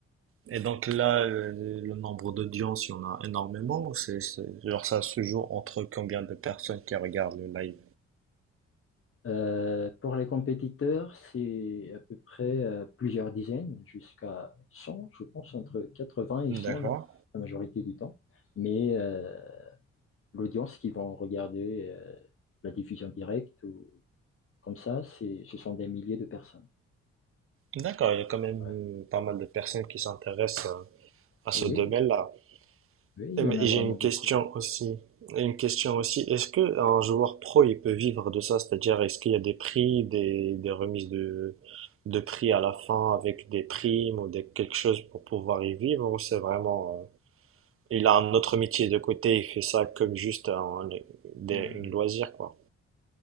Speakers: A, on the right; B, on the left.
A: Et donc là, le, le nombre d'audience, il y en a énormément. ou C'est, c'est- genre ça se joue entre combien de personnes qui regardent le live?
B: Euh, pour les compétiteurs, c'est à peu près euh, plusieurs dizaines, jusqu'à 100 je pense, entre 80 et
A: D'accord.
B: 100 la, la majorité du temps. Mais euh, l'audience qui vont regarder euh, la diffusion directe ou comme ça, c'est, ce sont des milliers de personnes.
A: D'accord, il y a quand même
B: Ouais.
A: euh, pas mal de personnes qui s'intéressent euh, à ce
B: Oui,
A: domaine-là.
B: oui, il
A: Et
B: y en a vraiment
A: j'ai une
B: beaucoup.
A: question aussi. Une question aussi. Est-ce que un joueur pro, il peut vivre de ça? C'est-à-dire, est-ce qu'il y a des prix, des, des remises de, de prix à la fin avec des primes ou des, quelque chose pour pouvoir y vivre? Ou c'est vraiment, euh, il a un autre métier de côté, il fait ça comme juste un, des-
B: Euh,
A: une loisir, quoi.